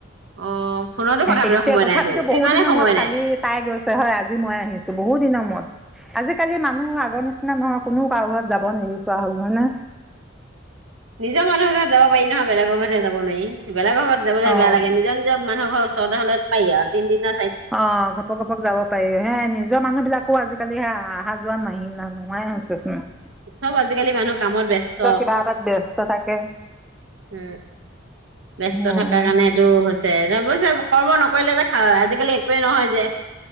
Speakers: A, on the right; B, in the centre.
A: অ ফোনতো কথা পাতিব
B: এতিয়া
A: সময়
B: তথাপিতো
A: নাই তোৰ তোৰ
B: বহু
A: ইমানেই
B: দিনৰ
A: সময়
B: মূৰত কালি
A: নাই
B: তাই গৈছে হয়, আজি মই আহিছো বহুত দিনৰ মূৰত আজি আজি কালি আগৰ নিচিনা নহওক কোনো কাৰো ঘৰত যাব নিবিচৰা হ'ল নহয়।
A: নিজৰ মানুহৰ ঘৰত যাব পাৰি নহয়, বেলেগৰ ঘৰত যাব নোৱাৰি বেলেগৰ ঘৰত যাবলৈ
B: অ'।
A: বেয়া লাগে নিজৰ- নিজৰ মানুহৰ ঘৰত তেনে হ'লে পাৰি আৰু তিনদিনা
B: অ ঘপক- ঘপক যাব পাৰি হে নিজৰ মানুহ বিলাকো আজিকালি হে- অহা যোৱা নোহোৱাই হৈছে ন '?
A: চব আজিকালি মানুহ কামত ব্যস্ত
B: কিবা এটাত ব্যস্ত থাকে।
A: উ ব্যস্ত
B: অ'।
A: থকাৰ কাৰণটো হৈছে একদম অৱশ্যে কৰ্ম নকৰিলে যে আজিকালি একোৱেই নহয় যে।